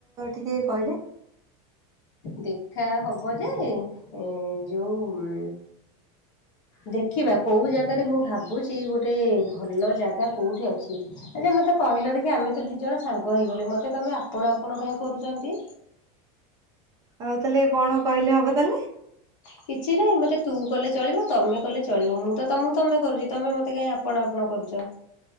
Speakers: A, on the right (about 20°); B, on the left (about 60°).
A: ଟିକେ କହିଲେ?
B: ଦେଖା ହବ ଯେ ଏଁ ଯୋଉ- ଦେଖିବା କୋଉ ଜାଗାରେ ମୁଁ ଭାବୁଛି ଗୋଟେ ଭଲ ଜାଗା କୋଉଠି ଅଛି? ଆଜ୍ଞା ମୋତେ କହିଲ ଦେଖି ଆମେ ତ ଦି ଜଣ ସାଙ୍ଗ ହେଇଇଗଲେ। ମୋତେ ତମେ ଆପଣ ଆପଣ କାହିଁକି କରୁଛନ୍ତି?
A: ଆଉ ତାହେଲେ କଣ କହିଲେ ହବ ତାହେଲେ?
B: କିଛି ନାହିଁ ମୋତେ ତୁ କଲେ ଚଳିବ। ତମେ କଲେ ଚଳିବ। ମୁଁ ତମକୁ ତମେ କରୁଛି ତମେ ମୋତେ କାଇଁ ଆପ ଆପଣ ଆପଣ କରୁଚ।